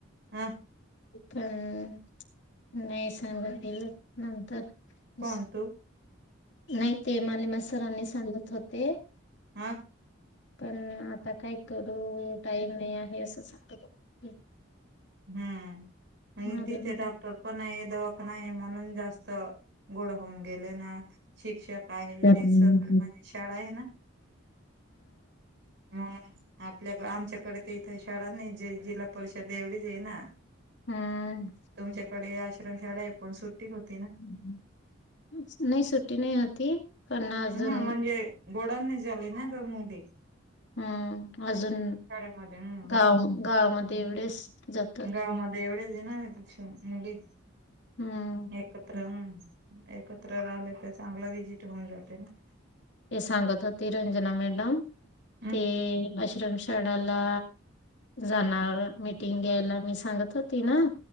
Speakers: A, on the right; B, on the left.
A: हा.
B: पण नाही सांगून दिल नंतर अस-
A: कोण तु?
B: नाही ते मालेम सरनी सांगत होते
A: हा.
B: पण आता काय करू टाईम नाही आहे असं सांगत होते.
A: हम्म,
B: म्हणाले
A: तिथे
B: मग
A: डॉक्टर पण आहे दवाखाना आहे म्हणून जास्त तर गोड होऊन गेले ना शिक्षक आहे
B: हम्म
A: ते सर्व शाळा आहे ना. म्हणून आपल्या आमच्याकडे ते इथे शाळा नाही ज जिल्हा परिषदे विजे ना
B: हम्म.
A: तुमच्याकडे आश्रमशाळा आहे पण सुट्टी होती ना.
B: नाही सुट्टी नाही होती. पण अजून
A: ह म्हणजे गोडान नाही झाली ना ग मुली
B: हम्म, अजून
A: शाळेमध्ये ह.
B: गाव गावामध्ये एवढेच जात
A: गावामध्ये एवढेच आहे ना मुली.
B: हम्म.
A: एकत्र, एकत्र राहिले तर चांगलं विजिट होऊन जाते ना.
B: हे सांगत होती रंजना मॅडम
A: हम्म
B: ते आश्रम शाळेला जाणार मीटिंग घ्यायला मी सांगत होती ना.